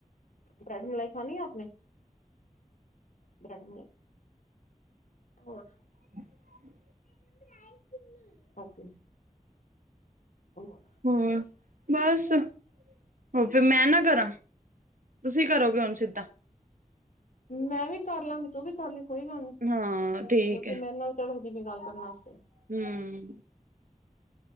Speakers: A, on the left; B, on the right.
A: bread ਮਲਾਈ ਖ਼ਨੀ ਹੈ, ਆਪ ਨੇ <unintelligible> ਹੋਰ
B: <inaudible>
A: <unintelligible> ਓਕੇ <unintelligible>
B: ਹੋਰ, ਬਸ ਹੋ ਫਿਰ ਮੈਂ ਨਾ ਕਰਾਂ ਤੁਸੀਂ ਕਰੋਗੇ ਹੁਣ ਸਿੱਧਾ
A: ਮੈਂ ਵੀ ਕਰ ਲਾਂਗੀ ਤੂੰ ਵੀ ਕਰ ਲਈ ਕੋਈ ਗੱਲ ਨੀ
B: ਹਾਂ ਠੀਕ
A: ਜੋਕਿ
B: ਹੈ
A: ਮੈਂਰੇ ਨਾਲ <unintelligible> ਗੱਲ ਕਰਨ ਵਾਸਤੇ
B: ਹਮ